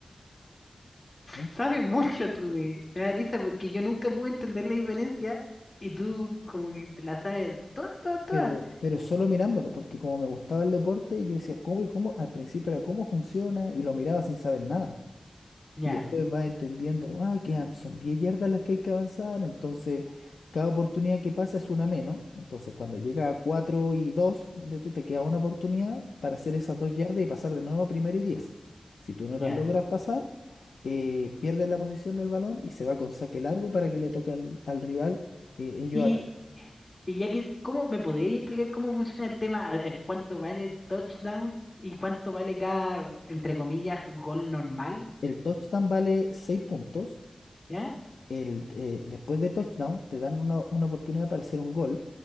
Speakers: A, on the left (about 85°); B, on the left (about 40°).
A: ¿no?
B: Sabes mucho tú de... Me da risa porque yo nunca pude entender la diferencia y tú como que te la sabes todas, todas, todas.
A: Pero, pero solo mirándolo, porque como me gustaba el deporte, yo decía, ¿cómo y cómo? Al principio era cómo funciona y lo miraba sin saber nada.
B: Ya,
A: Y después vas entendiendo, ah, que son 10 yardas las que hay que avanzar, entonces cada oportunidad que pasa es una menos. Entonces cuando llega a 4 y dos donde tú te queda una oportunidad para hacer esas 2 yardas y pasar de nuevo a primero y diez Si tú no
B: ya.
A: las logras pasar, eh, pierdes la posición del balón y se va con saque largo para que le toque al, al rival, eh, ellos
B: Y,
A: atacan.
B: y ya que, ¿cómo me podrías explicar cómo funciona el tema? A ver, ¿cuánto vale el touchdown y cuánto vale cada, entre comillas, gol normal?
A: El touchdown vale 6 puntos.
B: ¿Ya?
A: El, eh, después de touchdown te dan una, una oportunidad para hacer un gol,